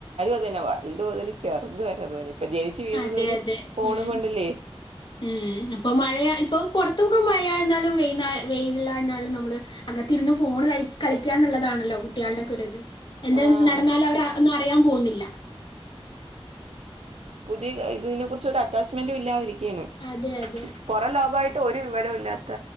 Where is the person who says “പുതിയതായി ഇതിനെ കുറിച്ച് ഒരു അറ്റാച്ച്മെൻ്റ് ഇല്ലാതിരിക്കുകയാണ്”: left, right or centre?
Right